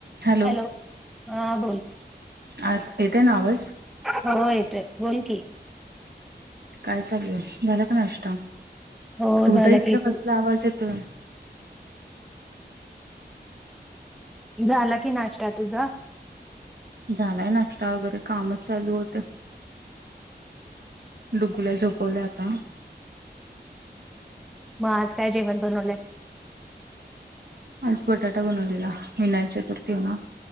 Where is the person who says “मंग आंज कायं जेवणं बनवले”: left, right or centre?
Centre